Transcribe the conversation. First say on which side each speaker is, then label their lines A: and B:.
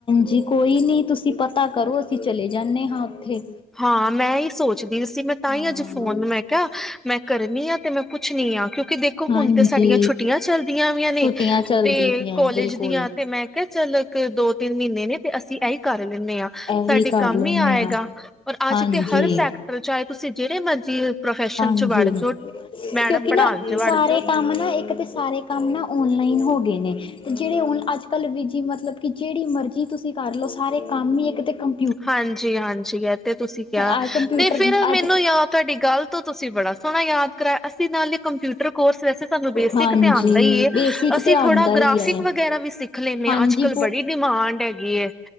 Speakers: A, on the left; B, in the centre.
A: ਜੀ ਕੋਈ ਨੀ ਤੁਸੀਂ ਪਤਾ ਕਰੋ ਅਸੀਂ ਚਲੇ ਜਾਂਨੇ ਆ ਉੱਥੇ।
B: ਹਾਂ ਮੈਂ ਇਹੀ ਸੋਚਦੀ ਸੀ ਮੈਂ ਤਾਂ
A: ਹਾਂ
B: ਹੀ ਅੱਜ ਫੋਨ ਮੈਂ ਕਿਆ ਮੈਂ ਕਰਨੀ ਆ ਤੇ ਮੈਂ ਪੁੱਛਣੀ ਆ ਕਿਉਂਕਿ ਦੇਖੋ
A: ਹਾਂਜੀ
B: ਹੁਣ ਤੇ ਸਾਡੀਆਂ ਛੁੱਟੀਆਂ ਚਲਦੀਆਂ ਵੀਆਂ ਨੇ
A: ਛੁੱਟੀਆਂ ਚੱਲਦੀ
B: ਤੇ
A: ਪਈਆਂ
B: ਕੋਲੇਜ
A: ਬਿਲਕੁਲ
B: ਦੀਆਂ ਤੇ ਮੈਂ ਕਿਹਾ ਚੱਲ ਇੱਕ-ਦੋ-ਤਿੰਨ ਮਹੀਨੇ ਨੇ ਤੇ ਅਸੀਂ ਇਹੀ ਕਰ ਲੈਂਦੇ ਹਾਂ,
A: ਇਹੀ
B: ਸਾਡੇ
A: ਕਰ
B: ਕੰਮ
A: ਲੈਂਦੇ
B: ਹੀ ਆਏਗਾ।
A: ਹਾਂ
B: ਔਰ
A: ਹਾਂਜੀ
B: ਤੇ ਹਰ ਸੈਕਟਰ ਚਾਹੇ ਤੁਸੀਂ ਜਿਹੜੇ ਮਰਜ਼ੀ ਪ੍ਰੋਫੈਸ਼ਨ
A: ਹਾਂਜੀ,
B: ਚ ਵੜ ਜੋ ਮੈਡਮ
A: ਕਿਉਂਕਿ
B: ਪੜ੍ਹਾਣ
A: ਨਾ
B: ਚ ਵੜ
A: ਸਾਰੇ
B: ਜੋ
A: ਕੰਮ ਨਾ ਇੱਕ ਤੇ ਸਾਰੇ ਕੰਮ ਨਾ ਔਨਲਾਈਨ ਹੋ ਗਏ ਨੇ ਤੇ ਜਿਹੜੇ ਨ ਅੱਜ ਕੱਲ੍ਹ ਵੀ ਜੀ ਮਤਲਬ ਕਿ ਜਿਹੜੀ ਮਰਜ਼ੀ ਕੀ ਤੁਸੀਂ ਕਰ ਲਓ, ਸਾਰੇ ਕੰਮ ਹੀ ਇੱਕ ਤੇ ਕੰਮ
B: ਹਾਂਜੀ-ਹਾਂਜੀ, ਐ ਤੇ ਤੁਸੀਂ ਕਿਹਾ
A: ਆਹ ਕੰਪਿਊਟਰ
B: ਤੇ ਫੇਰ ਮੈਨੂੰ
A: ਅੱਜ
B: ਯ ਤੁਹਾਡੀ ਗੱਲ ਤੋਂ ਤੁਸੀਂ ਬੜਾ ਸੋਹਣਾ ਯਾਦ ਅਸੀਂ ਨਾਲੇ ਕੰਪਿਊਟਰ ਕੋਰਸ ਵੈਸੇ ਸਾਨੂੰ ਬੇਸਿਕ
A: ਹਾਂਜੀ
B: ਧਿਆਨ ਦਾ ਹੀ ਏ,
A: ਬੇਸਿਕ
B: ਅਸੀਂ
A: ਤੇ ਆਉਂਦਾ
B: ਥੋੜਾ
A: ਹੀ
B: ਗ੍ਰਾਫਿਕ
A: ਹੈ
B: ਵਗੈਰਾ ਵੀ ਸਿੱਖ ਲੈਂਦੇ
A: ਹਾਂਜੀ
B: ਆ, ਅੱਜ-ਕੱਲ ਬੜੀ ਡਿਮਾਂਡ ਹੈਗੀ ਐਂ।